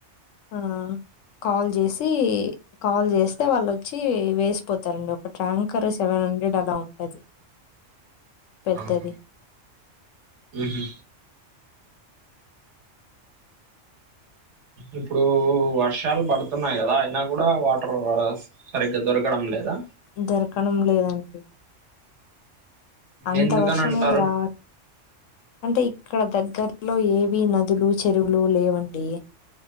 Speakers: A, on the left (about 80°); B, on the right (about 65°).
A: ఆ కాల్ చేసి కాల్ చేస్తే వాళ్ళుచ్చి వేసిపోతారండి ఒక ట్యాంకర్ సెవెన్ హండ్రెడ్ అలా ఉంటది. పెద్దది.
B: ఆహ ఉహు ఇప్పుడు వర్షాలు పడుతున్నాయి కదా అయినా కూడా వాటర్ సరిగ్గా దొరకడం లేదా?
A: దొరకడం లేదండి అంత
B: ఎందుకని
A: వర్షం
B: అంటారు
A: ఏం రా అంటే ఇక్కడ దగ్గర్లో ఏవి నదులు, చెరువులు లేవండి